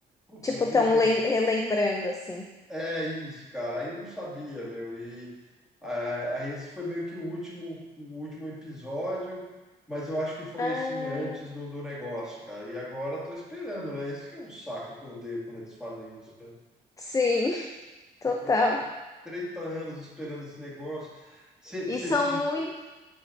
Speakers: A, in the centre; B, on the left.
A: Putz,
B: Tipo,
A: eu juro
B: tão
A: que eu
B: lem- relembrando, assim.
A: É isso, cara. Aí eu não sabia, meu. E ah, aí esse foi meio que o último, o último episódio, mas eu acho que foi
B: Ah,
A: assim antes do, do negócio, cara. E agora tô esperando, né? Esse que é um saco que eu odeio quando eles fazem isso, cara.
B: sim, <laughs>
A: <laughs>
B: total.
A: 30 anos esperando esse negócio. Você,
B: E
A: você...
B: são muito.